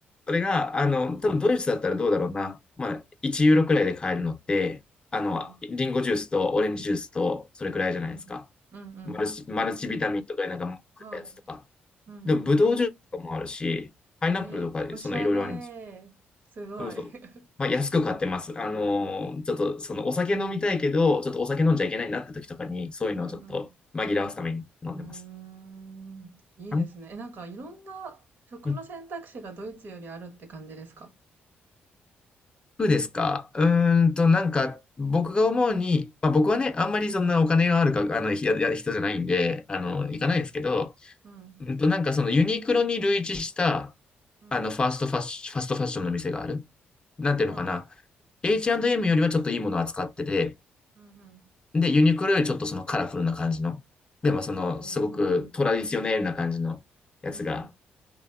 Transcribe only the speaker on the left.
それが、あの、多分ドイツだったらどうだろうな。まあ、1ユーロくらいで買えるのって、あの、
リンゴジュースとオレンジジュースと、それくらいじゃないですか。
マルチ、マルチビタミンとかなんか食ったやつとか。
でも、ブドウジュースとかもあるし、パイナップルとかで、
そのいろいろあります。
そうそう。
まあ、安く買ってます。あのーちょっと、その、お酒飲みたいけど、ちょっとお酒飲んじゃいけないなって時とかに、
そういうのをちょっと紛らわすために飲んでます。
あ
うん服ですかうーんと、なんか、僕が思うに、まあ僕はね、あんまりそんなお金があるか、あの、ひやや人じゃないんで、あの、
行かないんですけど、
うんと、なんかそのユニクロに類似した、
あの、ファーストファッシファストファッションの店がある。なんていうのかな。
H&M よりはちょっといいものを扱ってて、
で、ユニクロよりちょっとそのカラフルな感じの、でもその、
すごくトラディショネルな感じのやつが、